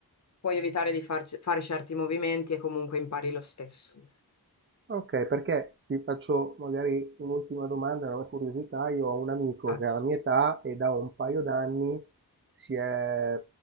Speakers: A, on the left; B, on the right.
A: puoi evitare di farci- fare certi movimenti e comunque impari lo stesso.
B: Ok, perché ti faccio magari un'ultima domanda, una curiosità. Io ho un amico
A: Ah, Infatti,
B: che ha la mia
A: sì.
B: età e da un paio d'anni si è,